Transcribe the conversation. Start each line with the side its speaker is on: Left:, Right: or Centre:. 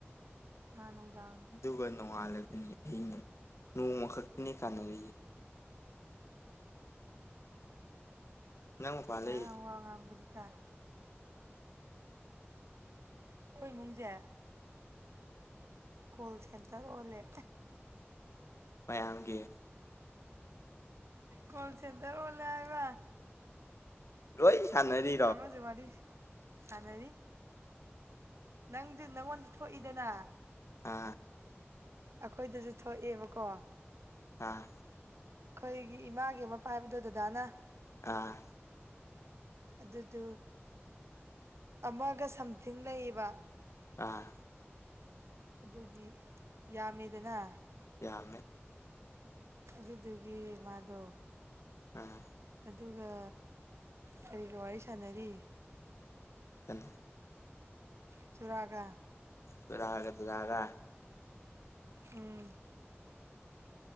Right: ꯅꯍꯥꯟ ꯅꯨꯡꯗꯥꯡ
Left: ꯑꯗꯨꯒ ꯅꯣꯡꯉꯥꯜꯂꯒꯅꯤ ꯑꯩꯅ ꯅꯣꯡꯃ ꯈꯛꯇꯅꯦ ꯀꯥꯟꯅꯔꯤꯁꯦ ꯅꯪ ꯃꯄꯥꯟ
Right: ꯎꯥ ꯉꯔꯥꯡ
Left: ꯂꯩꯔꯤ
Right: ꯋꯥ ꯉꯥꯡꯕꯗꯤ ꯇꯥꯏ ꯑꯩꯈꯣꯏ ꯏꯃꯨꯡꯁꯦ ꯀꯣꯜ ꯁꯦꯟꯇꯔ ꯑꯣꯜꯂꯦ
Left: ꯃꯌꯥꯝꯒꯤ
Right: ꯀꯣꯜꯁꯦꯟꯗꯔ ꯑꯣꯜꯂꯦ ꯍꯥꯢꯕ
Left: ꯂꯣꯏ ꯁꯥꯟꯅꯔꯤ
Right: ꯑꯃꯁꯨ ꯋꯥꯔꯤ ꯁꯥꯟꯅꯔꯤ ꯅꯪꯁꯨ ꯅꯪꯉꯣꯟ ꯊꯣꯛꯏꯗꯅ
Left: ꯑꯥ
Right: ꯑꯩꯈꯣꯏꯗꯁꯨ ꯊꯣꯛꯑꯦꯕꯀꯣ
Left: ꯑꯥ
Right: ꯑꯩꯈꯣꯏꯒꯤ ꯏꯃꯥꯒꯤ ꯃꯄꯥꯝꯗꯣ ꯗꯗꯥꯅ
Left: ꯑꯥ
Right: ꯑꯗꯨꯗꯨ ꯑꯃꯒ ꯁꯝꯊꯤꯡ ꯂꯩꯌꯦꯕ
Left: ꯑꯥ
Right: ꯑꯗꯨꯒꯤ ꯌꯥꯝꯃꯦꯗꯅ
Left: ꯌꯥꯝꯃꯦ
Right: ꯑꯗꯨꯗꯨꯒꯤ ꯃꯥꯗꯣ
Left: ꯑꯝ
Right: ꯑꯗꯨꯒ ꯀꯔꯤꯒ ꯋꯥꯔꯤ ꯁꯥꯟꯅꯔꯤ
Left: ꯍꯦꯂ <unintelligible>
Right: ꯆꯨꯔꯥꯒ
Left: ꯗꯨꯔꯒ ꯗꯨꯔꯒ
Right: ꯎꯝ